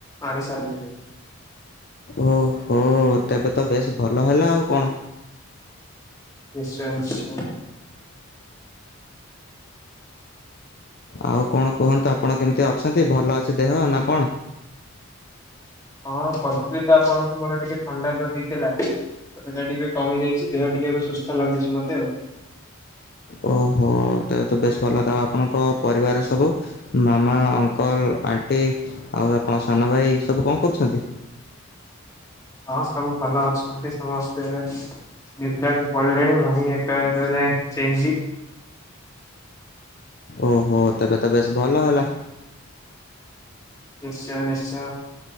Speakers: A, on the left; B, on the left.
A: ଆଣି ସାରିଲିଣି
B: ଓହୋ ତେବେ ତ ବେଶ ଭଲ ହେଲା ଆଉ କଣ
A: ନିଶ୍ଚୟ ନିଶ୍ଚୟ
B: ଆଉ କଣ କୁହନ୍ତୁ ଆପଣ କେମିତି ଅଛନ୍ତି ଭଲ ଅଛି ଦେହ ନା କଣ
A: ହଁ ପୈତ୍ରୀ ତ ଆପଣଙ୍କୁ ମୋର ଟିକେ ଫାଣ୍ଡା ଯୋଉ ହେଇଥିଲା ସେଟା ଟିକେ କମି ଯାଇଛି ଦେହ ଟିକେବେ ସୁସ୍ଥ ଲାଗୁଛି ମତେ ଆଉ
B: ଓହୋ ତ ତ ବେଶ ଭଲ ତା ଆପଣଙ୍କ ପରିବାର ସବୁ। ମାମା ଅଙ୍କଲଣ୍ ଆଉ ଆପଣ ସାନ ଭାଇ ସବୁ କଣ କରୁଛନ୍ତି।
A: ହଁ ସବୁ ଭଲ ଅଛନ୍ତି ସମସ୍ତେ ଏବେ ନିଦ୍ରାକୁ ପଳିଲେଣି ମୁଁ ହିଁ ଏକ ଏବେ ଯାଏ, ଚେଇଁଛି।
B: ଓହୋ ତବେ ତ ବେଶ ଭଲ ହେଲା।
A: ନିଶ୍ଚୟ ନିଶ୍ଚୟ